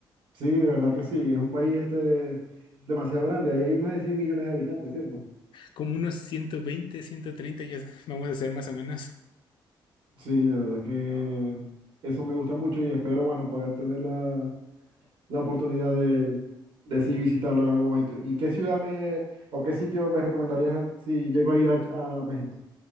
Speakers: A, on the right; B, on the left.
A: Sí, de verdad que sí, es un país este, demasiado grande, ahí hay más de 100 millones de habitantes, ¿cierto?
B: como unos ciento veinte ciento treinta ya vamos a hacer más o menos.
A: Sí, de verdad que eso me gusta mucho y espero, bueno, poder tener la, la oportunidad de, de sí visitarlo en algún momento. ¿Y qué ciudad me, o qué sitio me recomendarías si llego a ir a, a México?